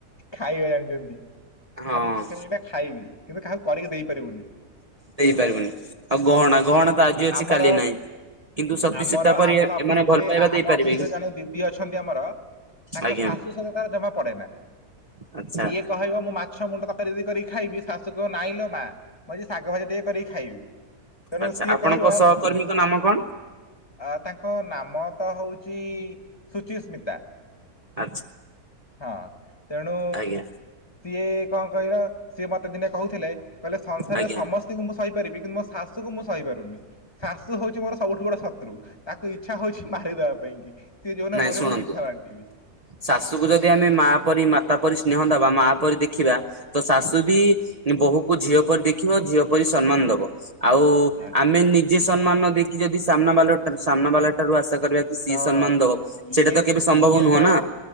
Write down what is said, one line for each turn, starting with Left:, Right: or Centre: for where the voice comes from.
Left: ଖାଇବା ଜାଣିଛନ୍ତି।
Right: ହଁ
Left: ଖାଲି ଚିକେଣିଆଟା ଖାଇବି କିନ୍ତୁ କାହାକୁ କରିକି ଦେଇ ପାରିବୁନି।
Right: ଦେଇ ପାରିବୁନି ଆଉ ଗହଣା ଗହଣା ତ ଆଜି ଅଛି
Left: ଆମର
Right: କାଲିକି ନାହିଁ। କିନ୍ତୁ ସତୀ
Left: ଆମର
Right: ସୀତା ପରି
Left: ଆମର ଅଫିସ
Right: ଏମାନେ ଭଲ
Left: ରେ
Right: ପାଇବା ଦେଇପାରିବେ
Left: ଆମ ଅଫିସ
Right: କି?
Left: ରେ ଜଣେ ଦିଦି ଅଛନ୍ତି ଆମର ତାଙ୍କ
Right: ଆଜ୍ଞା
Left: ଶାଶୁ ସହିତ ତାର ଜମା ପଡ଼େନା
Right: ଆଚ୍ଛା।
Left: ଇଏ କହିବ ମୁଁ ମା ମାଛ ମୁଣ୍ଡ ତରକାରି ଯଦିକରିକି ଖାଇବି ଶାଶୁ କହିବ ନାଇଁ ଲୋ ମା ମୁଁ ଆଜି ଶାଗ ଭାଜି ଟିକେ କରକି ଖାଇବି ତେଣୁ
Right: ଆଚ୍ଛା
Left: ସିଏ
Right: ଆପଣଙ୍କ
Left: କହିବ
Right: ସହକର୍ମୀଙ୍କ ନାମ କଣ
Left: ଅ ତାଙ୍କ ନାମତ ହଉଚି ସୁଚିସ୍ମିତା
Right: ଆଚ୍ଛା।
Left: ହଁ ତେଣୁ
Right: ଆଜ୍ଞା
Left: ସିଏ କଣ କହିଲ ସିଏ ମତେ ଦିନେ କହୁଥିଲେ କହିଲେ ସଂସାରରେ
Right: ଆଜ୍ଞା।
Left: ସମସ୍ତଙ୍କୁ ମୁଁ ସହିପାରିବି କିନ୍ତୁ ମୋ ଶାଶୁକୁ ମୁଁ ସହି ପାରୁନି। ଶାଶୁ ହଉଚି ମୋର ସବୁଠୁ ବଡ଼ ଶତ୍ରୁ ତାକୁ ଇଚ୍ଛା ହଉଛି ମାରିଦବା ପାଇଁ କି ସିଏ ଯୋଉଦିନ
Right: ନାଇଁ
Left: ମରିବ
Right: ଶୁଣନ୍ତୁ।
Left: ମୁଁ ମିଠା ବାଣ୍ଟିବି।
Right: ଶାଶୁକୁ ଯଦି ଆମେ ମା ପରି ମାତା ପରି ସ୍ନେହ ଦବା ମା ପରି ଦେଖିବା ତ ଶାଶୁବି ବୋହୂକୁ ଝିଅ ପରି ଦେଖିବ ଝିଅ ପରି ସମ୍ମାନ ଦବ। ଆଉ
Left: ଆଜ୍ଞା।
Right: ଆମେ ନିଜେ ସମ୍ମାନ ନଦେଇକି ଯଦି ସାମ୍ନାବାଲା ସାମ୍ନାବାଲା ଠାରୁ ଆଶା କରିବା ସିଏ
Left: ତ
Right: ସମ୍ମାନ ଦବ
Left: ଇଏ
Right: ସେଇଟା ତ କେବେ ସମ୍ଭବ
Left: ଇଏ
Right: ନୁହଁ
Left: ତ
Right: ନା